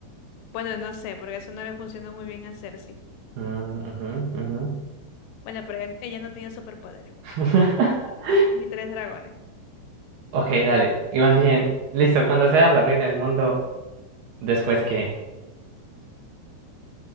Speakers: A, on the left; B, on the right.
A: Bueno, no sé, porque eso no le funcionó muy bien a Cersei.
B: Ah, ajá, ajá.
A: Bueno, pero ella, ella no tenía superpoderes,
B: <laughs>
A: ni tres dragones.
B: Ok, dale. Y más bien, listo, cuando seas la reina del mundo, después que,